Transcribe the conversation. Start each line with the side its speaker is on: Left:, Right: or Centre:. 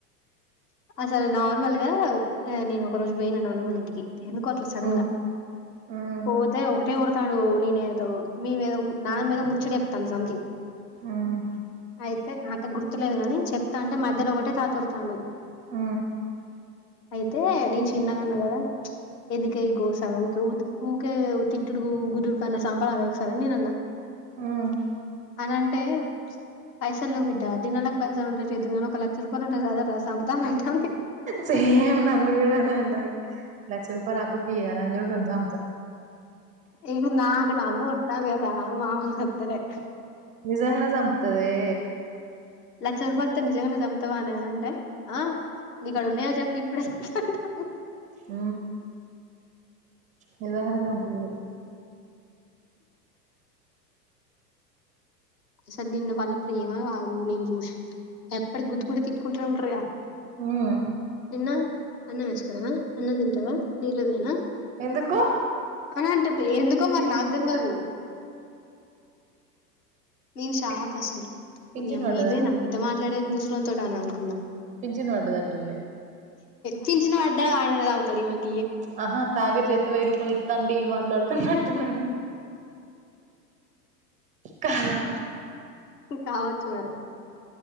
Left: అసలు నార్మల్ గా నేను ఒక రోజు పోయినా నాన్నమల ఇంటికి ఎందుకో అట్లా సడన్
Right: హ్మ్
Left: గా
Right: హ్మ్
Left: పోతే ఒకటే ఓర్ స్తాను నేనే ఏదో మీమీద నాన్న మీద ముచ్చగా చెప్తాంది సంథింగ్
Right: హ్మ్
Left: అయితే అంత గుర్తులేదు గాని చెప్తా అంటే మధ్యలో ఒకటే తాత ఓర్రుతాండు
Right: ఆ
Left: అయితే నేను చిన్నగన్న కదా ఎందుకె ఈ గోస ఊకే ఊకే తిట్టుడు గుద్దుడు కన్న సంపరాదే ఒకసారని నేను అన్నా
Right: హ్మ్
Left: అననం పైసా లేవు బిడ్డా దినాలకు పైసలు ఉంటె చేదునీ ఒక లక్ష రూపాయలు ఉంటే సల సంపుత అని అంటండి
Right: సేమ్ నన్ను కూడా అదే అన్నది లక్ష రూపాయలు అప్పుకియ్యే ఆ లంజోడుకన్ని సంపుత
Left: ఇక నాకు నవ్వొత్తాంది గదా మామూలుగా ఓస్థలేదు
Right: నిజంగనే చంపుతదే
Left: లక్ష రూపాయలతో నిజంగానే చంపుతావానే అని అంటే ఆ నీకాడ ఉన్నయా చెప్పు ఇప్పుడే సంపుత అంటాంది
Right: హ నిజంగనే చంపుతది
Left: అసలు నిన్న వాళ్ళ ప్రేమ కాదు నేను చూసి ఎప్పటి గుద్దుకుంటే నే తిట్టుకుంటూనే ఉంటారుగా
Right: హ్మ్
Left: నిన్న అన్నం వేసుకురనా అన్నం తింటావా నీళ్ళదేనా
Right: ఎందుకు
Left: తను అంటుంది ఎందుకో మరి
Right: పింఛన్
Left: నాకు తెలువదు
Right: పడ్డది.
Left: నేను షాక్
Right: పిన్
Left: అసల
Right: పింఛన్
Left: ఓరినీ అమ్మ
Right: పడ్డద
Left: ఇదే నా గిట్ల మాట్లాడేది ముసు ముసలోళ్లతోటి అనుకున్నా
Right: పింఛన్ పడ్డదట్టుంది
Left: పింఛను పడితే ఆయనే తాగుతాడు ఈమేకు
Right: ఆహా తాగే చేతి వెయ్యి రూపాయలు ఇస్తా ఆనీ డీల్ మాట్లాడుకున్నట్టున్నాడు కాదా
Left: కావచ్చు మరి